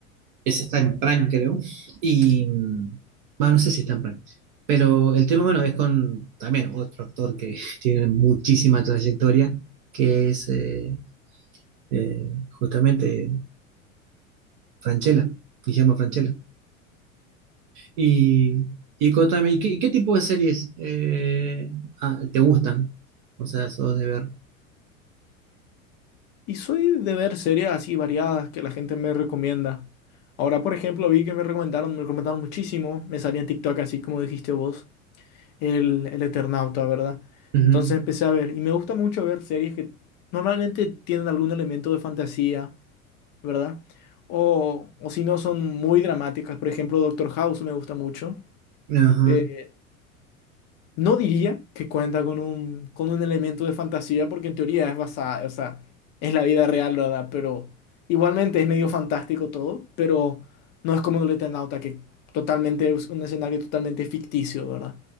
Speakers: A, on the right (about 35°); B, on the left (about 25°).
A: Esa está en Prime, creo. Y, mm, bueno, no sé si está en Prime. Pero el tema, bueno, es con también otro actor que <laughs> tiene muchísima trayectoria, que es eh, eh, justamente Francella, Guillermo Francella. Y, y contame, ¿y qué, y qué tipo de series eh, ah, te gustan? O sea, sos de ver.
B: Y soy de ver series así variadas que la gente me recomienda. Ahora, por ejemplo, vi que me recomendaron, me recomendaron muchísimo. Me salía en TikTok, así como dijiste vos, el, el Eternauta, ¿verdad?
A: Ujú.
B: Entonces empecé a ver. Y me gusta mucho ver series que normalmente tienen algún elemento de fantasía, ¿verdad? O, o si no, son muy dramáticas. Por ejemplo, Doctor House me gusta mucho.
A: Ajá,
B: Eh, no diría que cuenta con un, con un elemento de fantasía, porque en teoría es basada, o sea, es la vida real, ¿verdad? Pero igualmente es medio fantástico todo, pero no es como el Eternauta, que totalmente es un escenario totalmente ficticio, ¿verdad?